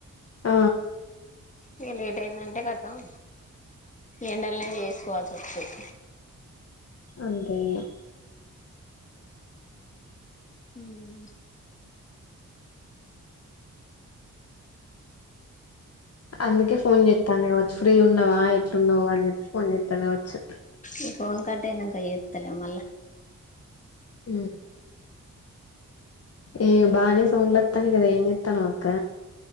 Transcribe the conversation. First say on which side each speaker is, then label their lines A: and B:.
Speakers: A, on the left (about 50°); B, on the left (about 25°).
A: అ
B: ఇక లేట్ అయిందంటే కతం ఏండలనే చేసుకోవాల్సి వస్తది
A: అంతే ఇంగా
B: ఉమ్
A: అందుకే ఫోన్ చేతాంది కావచ్చు ఫ్రీ గున్నవా ఎట్లున్నావు అని చెప్పేసి ఫోన్ చేత్తాంది కావచ్చు
B: ఈ ఫోన్ కట్ అయినంక చేత్తలే మళ్ళ
A: హూ ఈ బానీసం ఉన్నట్టుంది కదా ఏం చేస్తున్నావ్ అక్క